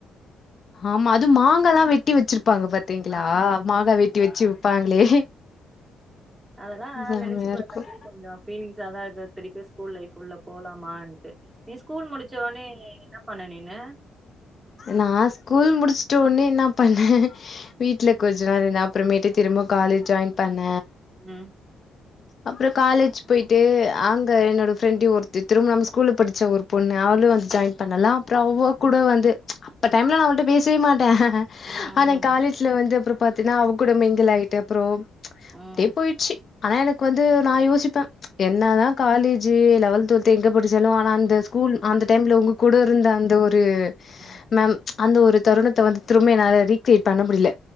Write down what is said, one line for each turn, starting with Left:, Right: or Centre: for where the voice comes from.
Left: ஆமா அது மாங்கல்லாம் வெட்டி வச்சிருப்பாங்க பாத்தீங்களா
Right: ஆ
Left: மாங்கா வெட்டி வச்சு விப்பாங்களே
Right: அதெல்லா
Left: செம்மையா
Right: நெனச்சு பாத்தாலே
Left: இருக்கும்
Right: கொஞ்சோ <unintelligible> ஸ்கூல் லைப்ல உள்ள போலாமான்ட்டு நீ ஸ்கூல் முடிச்ச உடனே என்ன பண்ண நீனு
Left: நான ஸ்கூல் முடிச்சுட்ட உடனே என்ன பண்ணேன் வீட்டுல கொஞ்ச நாள் என்ன அப்புறமேட்டு திரும்ப காலேஜ் ஜாயின் பண்ண
Right: ம்
Left: அப்றோ காலேஜ் போயிட்டு அங்க என்னோட ப்ரெண்டு ஒருத்தி திரும்ப நம்ம ஸ்கூல்ல படிச்ச ஒரு பொண்ணு அவளு வந்து ஜாயின் பண்ணாளா அப்றோ அவ கூட வந்து அப்ப டைம்ல நா அவகிட்ட பேசவே மாட்டே
Right: ம்
Left: ஆனா காலேஜ்ல வந்து அப்பறம் பாத்தீங்கனா அவங்க கூட மிங்கிள் ஆகிட்டு அப்பறம்
Right: ம்
Left: அப்டியே போயிட்ச்சு ஆனா எனக்கு வந்து நா யோசிப்பே என்னதா காலேஜு லெவல்த் டுவல்த் எங்க படிச்சாலு ஆனா அந்த ஸ்கூல் அந்த டைம்ல உங்க கூட இருந்த அந்த ஒரு ஒரு
Right: ம்
Left: மேம் அந்த ஒரு தருணத்த வந்து திரும்ப நெறைய ரீக்ரெட் பண்ண முடியல